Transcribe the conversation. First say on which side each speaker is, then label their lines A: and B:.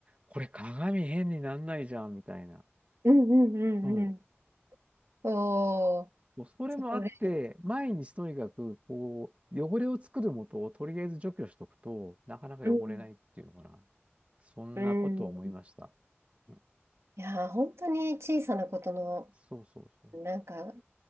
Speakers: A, on the right; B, on the right.
A: これ鏡変になんないじゃん、みたいな。
B: うんうんうんうん。
A: そう
B: おー、
A: そうそれもあって、
B: そこで。
A: 毎日とにかく、こう、汚れを作るもとをとりあえず除去しとくと、なかなか汚れないっていうのかな。
B: うん。
A: そんなことを思いました。
B: うん
A: うん
B: いやー、本当に小さなことの、
A: そうそうそう。
B: なんか、